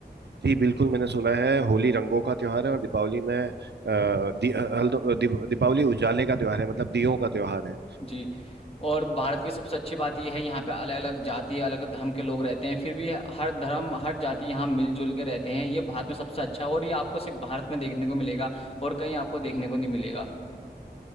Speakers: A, on the right (about 80°); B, on the left (about 35°).
A: जी बिल्कुल मैंने सुना है होली रंगों का त्योहार है और दीपावली में अ, दी, अ, हल्दो- दीप- दीपावली उजाले का त्योहार है मतलब दियों का त्योहार है
B: जी और भारत की सबसे अच्छी बात यह है यहाँ पे अलग अलग जाति अलग अलग धर्म के लोग रहते हैं फिर भी हर धर्म हर जाति यहाँ मिलजुल के रहते हैं ये भारत में सबसे अच्छा है और ये आपको सिर्फ भारत में देखने को मिलेगा और कहीं आपको देखने को नहीं मिलेगा